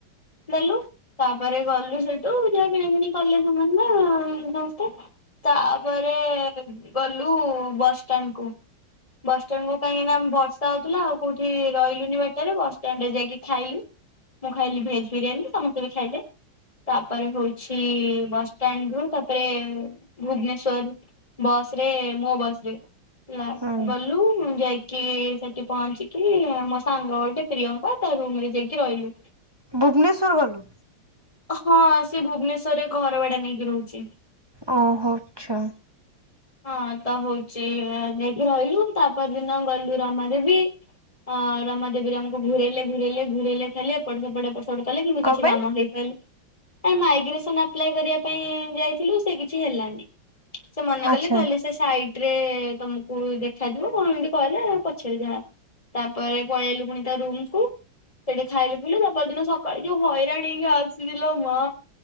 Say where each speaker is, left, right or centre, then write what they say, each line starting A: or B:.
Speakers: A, on the left (about 15°); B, on the right (about 15°).
A: ଦେଲୁ ତାପରେ ଗଲୁ ସେଇଠୁ ଯାହା କିଣି କିଣି କଲେ ସେମାନେ ଆ ସମସ୍ତେ ତାପରେ ଗଲୁ ବସ୍ ଷ୍ଟାଣ୍ଡକୁ ବସ୍ ଷ୍ଟାଣ୍ଡକୁ କାହିଁକିନା ବର୍ଷା ହଉଥିଲା ଆଉ କୋଉଠି ରହିଲୁନି ବାଟରେ ବସଷ୍ଟାଣ୍ଡରେ ଯାଇକି ଖାଇଲୁ ମୁଁ ଖାଇଲି ଭେଜ ବିରିୟାନୀ ସମସ୍ତେ ବି ଖାଇଲେ। ତାପରେ ହଉଛି ବସ ଷ୍ଟାଣ୍ଡ ରୁ ତାପରେ ଭୁବନେଶ୍ଵର। ବସରେ ମୋ ବସରେ ହେଲା
B: ହୁଁ।
A: ଗଲୁ ମୁଁ ଯାଇକି କି ସେଠି ପହଞ୍ଚିକି ମୋ ସାଙ୍ଗ ଗୋଟେ ପ୍ରିୟଙ୍କା ତା ରୁମରେ ଯାଇକି ରହିଲୁ।
B: ଭୁବନେଶ୍ୱର ଗଲୁ।
A: ହଁ ସିଏ ଭୁବନେଶ୍ଵରରେ ଘର ଭଡା ନେଇକି ରହୁଛି।
B: ଓହୋ ଆଚ୍ଛା।
A: ହଁ ତ ହଉ। ସିଏ ଯାଇକି ରହିଲୁ ତାପର ଦିନ ଗଲୁ ରମାଦେବୀ। ଅ ରମାଦେବୀରେ ଆମକୁ ଘୁରେଇଲେ ଘୁରେଇଲେ ଘୁରେଇଲେ ଖାଲି ଏପଟ ସେପଟ କଲେ କିନ୍ତୁ
B: କଣ
A: କିଛି
B: ପାଇଁ?
A: କାମ ହେଇ କାଲି ଏ ମାଇଗ୍ରେସନ ଆପ୍ଲାଏ କରିବା ପାଇଁ ଯାଇଥିଲୁ ସେ କିଛି ହେଲାନି। ସେ ମନା
B: ଆଚ୍ଛା
A: କଲେ କହିଲେ ସେ ସାଇଟରେ ତମକୁ ଦେଖାଯିବ କଣ ଏମିତି କହିଲେ ପଚେର ଯାହା। ତାପରେ ପଳେଇଲୁ ପୁଣି ତା ରୁମକୁୁ। ସେଠି ଖାଇଲେ ପିଇଲେ ତା ପରଦିନ ସକାଳେ ଯୋଉ ହଇରାଣ ହେଇକି ଆସିଲିଲୋ ମା।